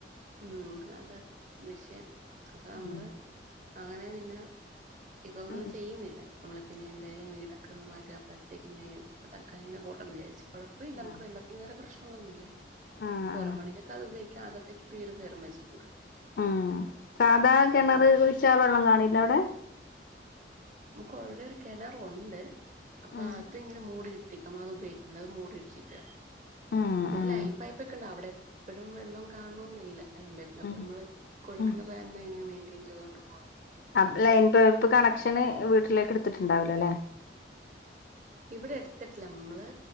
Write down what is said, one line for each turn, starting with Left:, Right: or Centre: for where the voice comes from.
Right: ഉം അതാ വിഷയ അപ്പൊ നമ്മള്
Left: ഉം
Right: അങ്ങനെ പിന്നെ ഇപ്പൊ ഒന്നും
Left: ഉം
Right: ചെയ്യുന്നില്ല നമ്മള് പിന്നെ എന്തായാലും വീടൊക്കെ ഒന്ന് മാറ്റാപ്പഴത്തെ മെ തൽക്കാലം ഇങ്ങനെ പോട്ടന്ന് വിചാരിച്ചു കുഴപ്പമില്ല
Left: ആഹ്
Right: നമക്ക് വെള്ളത്തിന് വരെ പ്രശ് അങ്ങൊന്നുമല്ല
Left: ആഹ്
Right: പരമണിക
Left: ആഹ്
Right: കത് ബ ആഗ വീര് നിർ വെച്ചിട്ടുണ്ട്
Left: ഉം സാധാ കിണറ്
Right: ഉം
Left: കുഴിച്ച വെള്ളം കാണല്ല അവിടെ
Right: നമുക്ക് ഓൾറെഡി ഒരു കിണറുണ്ട് അപ്പൊ
Left: ആഹ്
Right: അത് ഇങ്ങനെ മൂടി പിക്കുമ്പൾ അത് ഉപയോഗിക്ക അത് മൂടിട്ടരിക്ക
Left: ഉം
Right: പിന്നെ
Left: ഉം
Right: ലൈൻ പൈപ്പ ഒക്കെ ഉണ്ട അവിടെ എപ്പഴും വെള്ളം കാണന്നില്ല. അയപ്പ അപ്പൊ
Left: ഉം
Right: നമ്മള് കൊഴൽക്കെണറ്
Left: ഉം
Right: എങ്ങനെ <unintelligible> ഇൻച്ചതോണ്ടു
Left: അപ്പ ലൈൻ പപ് കണക്ഷൻ ന് വീട്ടിലേക്ക് ഇട്ത്തിട്ടുണ്ടാവൂല ലേ
Right: ഇവിടെ എടുത്തിട്ടില്ല ഇമ്മള്